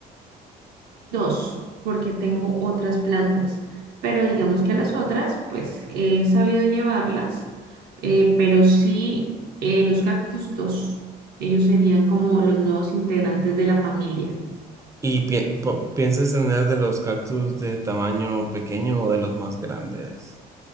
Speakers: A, on the right (about 70°); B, on the right (about 15°).
A: Dos, porque tengo otras plantas, pero digamos que a las otras, pues he sabido llevarlas, eh, pero sí eh, los cactus dos, ellos serían como los nuevos integrantes de la familia.
B: ¿Y pi- po- piensas tener de los cactus de tamaño pequeño o de los más grandes?